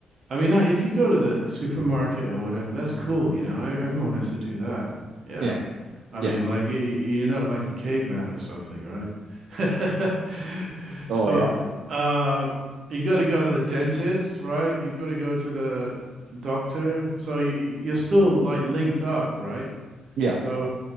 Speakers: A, on the right; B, on the right.
A: I mean, like, if you go to the supermarket or whatever, that's cool. You know, I, everyone has to do that. Yeah,
B: yeah
A: I mean,
B: yeah
A: like you you- you're not like a caveman or something, right? <laughs>
B: Oh
A: So,
B: yeah.
A: uh, you got to go to the dentist, right? You've got to go to the doctor. So you, you're still like linked up, right?
B: yeah
A: So.